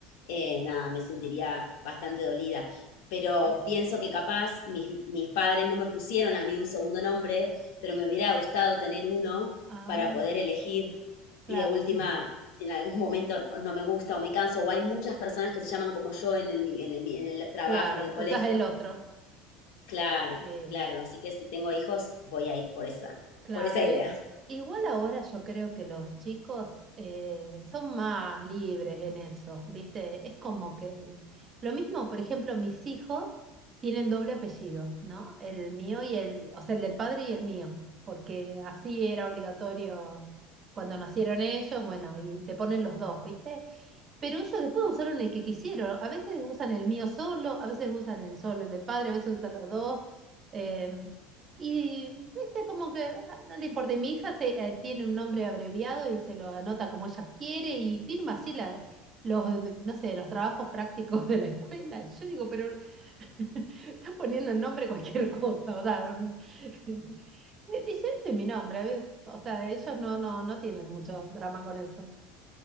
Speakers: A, on the left (about 80°); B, on the right (about 35°).
A: eh, nada, me sentiría bastante dolida. Pero
B: eh,
A: pienso que capaz mis, mis padres no me pusieron a mí un segundo nombre, pero me hubiera gustado tener uno
B: Ah,
A: para poder elegir.
B: claro,
A: Y de última,
B: sí.
A: si en algún momento no me gusta o me canso, o hay muchas personas que se llaman como yo en el, mi- en el mi- en el trabajo,
B: Claro,
A: en el colegio
B: usas el otro.
A: Claro,
B: Sí,
A: claro. Así que si tengo hijos, voy a ir por esa,
B: claro.
A: por esa idea.
B: i- Igual ahora yo creo que los chicos eh, son más libres en eso, ¿viste? Es como que lo mismo, por ejemplo, mis hijos tienen doble apellido, ¿no? El mío y el, o sea, el del padre y el mío, porque así era obligatorio cuando nacieron ellos, bueno, y te ponen los dos, ¿viste? Pero ellos después usaron el que quisieron. A veces usan el mío solo, a veces usan el solo, el del padre, a veces usan los dos. em, y viste, como que ah, no le importa. Y Mi hija se, eh, tiene un nombre abreviado y se lo anota como ella quiere y firma así la, los, eh, no sé, los trabajos prácticos <laughs> de la escuela. Y yo digo, pero <laughs> estás poniendo el nombre cualquier cosa. O sea, un- <laughs> dice, ese es mi nombre. ¿ves? O sea, ellos no, no, no tienen mucho drama con eso.